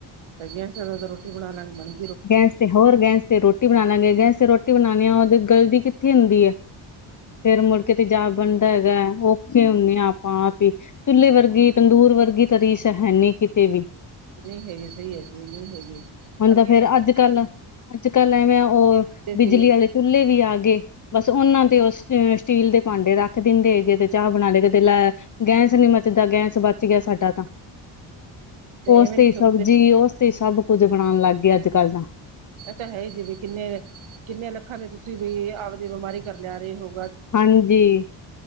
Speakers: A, on the right (about 70°); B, on the left (about 35°).
A: ਤਾਂ ਗੈਸ ਰੋਟੀ ਬਣਾਲਾਂਗੇ ਬਣੀ
B: ਗੈਸ ਤੇ ਹੋਰ, ਗੈਸ ਤੇ ਰੋਟੀ ਬਣਾ ਲਾਂਗੇ, ਗੈਸ ਤੇ ਰੋਟੀ ਬਣਾਣੀ ਆ ਉਹਦੀ ਗਲਦੀ ਕਿੱਥੇ ਹੁੰਦੀ ਏ। ਫੇਰ ਮੁੜਕੇ ਤੇਜਾਬ ਬਣਦਾ ਹੈਗਾ ਔਖੇ ਹੁੰਨੇ ਆਂ ਆਪਾਂ-ਆਪੀ। ਚੁੱਲੇ ਵਰਗੀ, ਤੰਦੂਰ ਵਰਗੀ, ਤ ਰੀਸ ਹੈਨੀ ਕਿਤੇ ਵੀ।
A: ਨਹੀਂ ਹੈਗੀ ਸਹੀ ਆ ਜੀ, ਨਹੀਂ ਹੈਗੀ।
B: ਹੁਣ
A: ਅੱਗੇ
B: ਤਾ ਫੇਰ ਅੱਜ-ਕੱਲ, ਅੱਜ-ਕੱਲ ਐਵੇਂ ਆ ਉਹ
A: ਕਰਦੇ ਸੀਗੇ
B: ਬਿਜਲੀ ਵਾਲੇ ਚੁੱਲੇ ਵੀ ਆਗੇ। ਬਸ ਉਹਨਾਂ ਤੇ ਉਹ ਸਟੀਲ ਦੇ ਭਾਂਡੇ ਰੱਖ ਦਿੰਦੇ ਹੇਗੇ ਤੇ ਚਾਹ ਬਣਾਲੇ, ਕਦੇ ਲੈ ਗੈਸ ਨੀ ਮਚਦਾ, ਗੈਸ ਬਚਗਿਆ ਸਾਡਾ ਤਾ, ਓਸ
A: ਐਵੇਂ
B: ਤੇ
A: ਨੀ
B: ਸਬਜ਼ੀ
A: ਸੋਚਦੇ
B: ਓਸ ਤੇ ਸਭ ਕੁੱਝ ਬਣਾਣ ਲੱਗ ਗਏ ਅੱਜ-ਕੱਲ ਤਾ।
A: ਇਹ ਤਾਂ ਹੈ ਜਿਵੇਂ ਕਿੰਨੇ, ਕਿੰਨੇ ਲੱਖਾਂ ਦੇ ਤੁਸੀਂ ਵੀ ਆਪਦੀ, ਬਿਮਾਰੀ ਘਰ ਲਿਆਰੇ ਹੋ
B: ਹਾਂਜੀ,